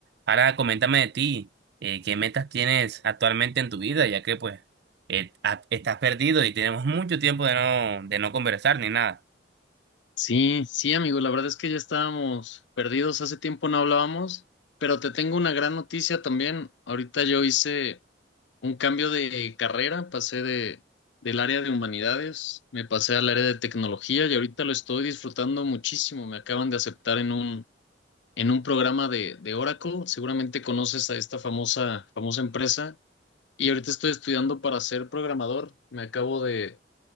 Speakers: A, on the right; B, on the left.
A: Ahora coméntame de ti, eh, ¿qué metas tienes actualmente en tu vida? Ya que pues eh, ah, estás perdido y tenemos mucho tiempo de no, de no conversar ni nada.
B: Sí, sí, amigo, la verdad es que ya estábamos perdidos, hace tiempo no hablábamos, pero te tengo una gran noticia también. Ahorita yo hice un cambio de carrera, pasé de del área de humanidades, me pasé al área de tecnología y ahorita lo estoy disfrutando muchísimo. Me acaban de aceptar en un en un programa de de Oracle. Seguramente conoces a esta famosa famosa empresa. Y ahorita estoy estudiando para ser programador. Me acabo de,